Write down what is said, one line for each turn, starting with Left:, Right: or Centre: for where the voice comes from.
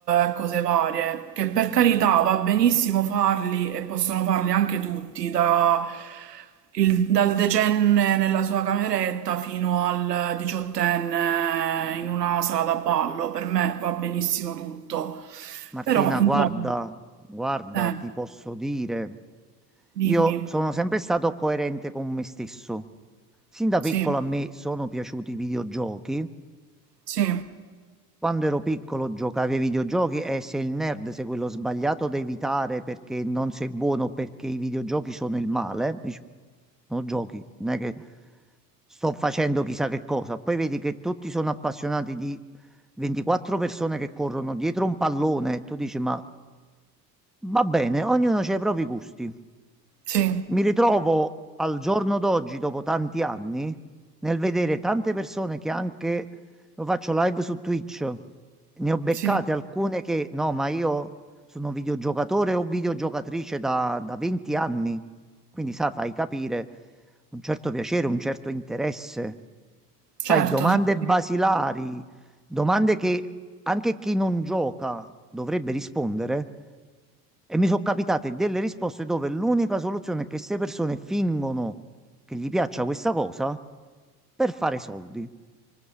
Right: e cose varie, che per carità va benissimo farli e possono farli anche tutti, da- il- dal decenne nella sua cameretta fino al diciottenne in una sala da ballo, per me va benissimo tutto.
Centre: Martina,
Right: Però, insomma,
Centre: guarda, guarda,
Right: eh,
Centre: ti posso dire,
Right: dimmi,
Centre: io sono sempre stato coerente con me stesso. Sin da piccolo
Right: sì,
Centre: a me sono piaciuti i videogiochi,
Right: sì,
Centre: Quando ero piccolo giocavi ai videogiochi e sei il nerd, sei quello sbagliato da evitare perché non sei buono, o perché i videogiochi sono il male. Dici, sono giochi, non è che sto facendo chissà che cosa. Poi vedi che tutti sono appassionati di 24 persone che corrono dietro un pallone e tu dici, ma va bene, ognuno ha i propri gusti.
Right: sì,
Centre: Mi ritrovo al giorno d'oggi, dopo tanti anni, nel vedere tante persone che anche lo faccio live su Twitch. Ne ho beccate
Right: sì,
Centre: alcune che no, ma io sono videogiocatore o videogiocatrice da, da 20 anni. Quindi, sa, fai capire un certo piacere, un certo interesse.
Right: certo,
Centre: Fai domande
Right: sì,
Centre: basilari,
Right: sì.
Centre: domande che anche chi non gioca dovrebbe rispondere. E mi sono capitate delle risposte dove l'unica soluzione è che queste persone fingono che gli piaccia questa cosa per fare soldi.